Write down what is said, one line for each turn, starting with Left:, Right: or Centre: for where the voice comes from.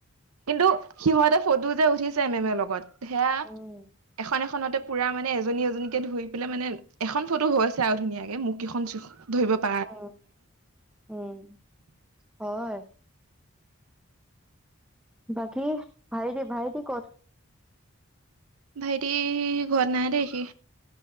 Right: কিন্তু, সিহঁতে ফটো যে উঠিছে মেমৰ লগত সেয়া,
Centre: উম
Right: এখন এখন ফোনতে পুৰা মানে এজনী এজনীকে ধুই পেলাই মানে এখন ফটো হৈ আছে আৰু ধুনীয়াকে মুখকেইখন ধৰিব পাৰি।
Centre: উম উম হয়। বাকী ভাইটি ভাইটি ক'ত?
Right: ভাইটি ঘৰত নাই দেই সি।